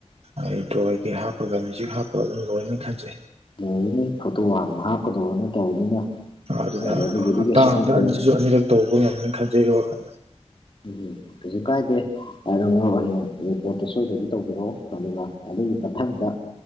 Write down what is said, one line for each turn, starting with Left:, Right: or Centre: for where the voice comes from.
Right: ꯑꯩ ꯗ꯭ꯔꯣꯏꯒꯤ ꯍꯥꯞꯄꯒ ꯃ꯭ꯌꯨꯖꯤꯛ ꯍꯥꯞꯄꯒ ꯑꯗꯨꯝ ꯂꯣꯏꯅꯦ ꯈꯟꯖꯩ
Left: <unintelligible> ꯐꯣꯇꯣ ꯑꯃꯨꯛ ꯍꯥꯞꯀꯗꯕ ꯅꯠꯇꯕꯅꯤꯅ
Right: ꯑꯗꯨꯅ
Left: ꯍꯥꯏꯗꯤ ꯑꯗꯨꯕꯨꯗꯤ
Right: ꯍꯞꯇꯥ
Left: ꯀꯩꯁꯨ
Right: ꯑꯃꯗ
Left: ꯅꯠꯇꯦ
Right: ꯑꯅꯤꯖꯨ ꯑꯅꯤꯔꯛ ꯇꯧꯕ ꯉꯝꯅꯤ ꯈꯟꯖꯩ ꯑꯩꯒꯤ ꯋꯥꯈꯜꯗ
Left: ꯎꯝ ꯀꯩꯁꯨ ꯀꯥꯏꯗꯦ ꯑꯗꯨꯕꯨ ꯍꯌꯦꯡ ꯄꯣꯠꯇꯣ ꯁꯣꯏꯗꯕꯤ ꯇꯧꯕꯤꯔꯛꯑꯣ ꯑꯗꯨꯒ ꯑꯗꯨꯒꯤ ꯃꯊꯪꯗ